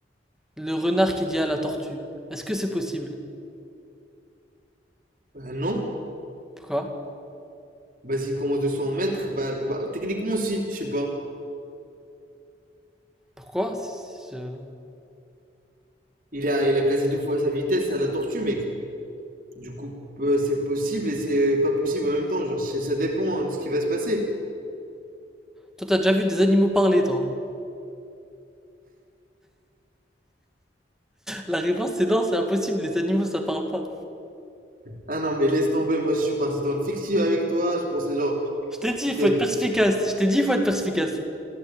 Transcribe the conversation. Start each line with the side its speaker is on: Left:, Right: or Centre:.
Centre: Le renard qui dit à la tortue. Est-ce que c'est possible?
Right: Bah non.
Centre: Pourquoi?
Right: vas-y commence de 100 mètres, bah, bah techniquement si, je sais pas.
Centre: Pourquoi? Je-
Right: Il a, il a quasi deux fois sa vitesse à la tortue, mec. Du coup, peu- c'est possible et c'est pas possible en même temps. Genre, c'est- ça dépend hein, de ce qui va se passer.
Centre: Toi, t'as déjà vu des animaux parler, toi? La réponse, c'est non, c'est impossible, les animaux, ça parle pas.
Right: Ah non, mais laisse tomber. Moi, je suis parti dans le fictif avec toi. Je pensais genre,
Centre: Je t'ai dit, il
Right: t'es...
Centre: faut être perspicace. Je t'ai dit, il faut être perspicace.